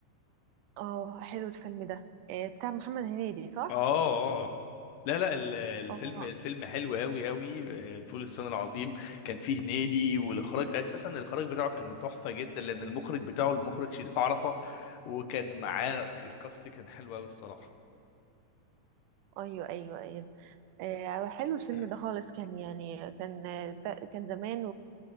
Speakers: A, on the right (about 85°); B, on the left (about 85°).
A: اه آه، حلو الفيلم ده آه، بتاع محمد هنيدي صح؟
B: اه اه لا لا ال- الفيلم
A: اه
B: الفيلم حلو قوي قوي فول الصين العظيم كان فيه هنيدي والاخراج اساسا الاخراج بتاعه كان تحفه جدا لان المخرج بتاعه المخرج شريف عرفة وكان معاه الكاست كان حلو قوي الصراحه
A: ايوه ايوه ايوه آه، حلو الفيلم
B: <clears throat>
A: ده خالص كان يعني كان آه، تا- كان زمان